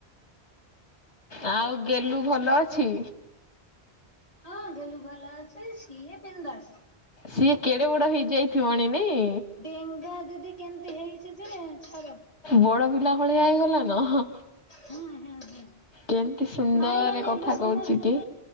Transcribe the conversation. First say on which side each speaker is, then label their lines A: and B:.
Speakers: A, on the left (about 80°); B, on the left (about 35°).
A: ଆଉ ଗେଲୁ ଭଲ ଅଛି?
B: ହଁ ଗେଲୁ ଭଲ ଅଛି ସିଏ ବିନ୍ଦାସ୍‌।
A: ସିଏ କେଡେ ବଡ ହେଇଯାଇଥିବଣି ନାଇଁ?
B: ଡେଙ୍ଗା ଦିଦି କେମତି ହେଇଚି ଯେ ଛାଡ।
A: ବଡ ପିଲା ଭଳିଆ ହେଇଗଲା ନ ହ।
B: ହୁଁ ହୁଁ ହୁଁ।
A: କେମତି ସୁନ୍ଦରରେ
B: ମାଇ ମାନେ
A: କଥା
B: ଏବେ ସମ
A: କହୁଛି ଟି ଟି।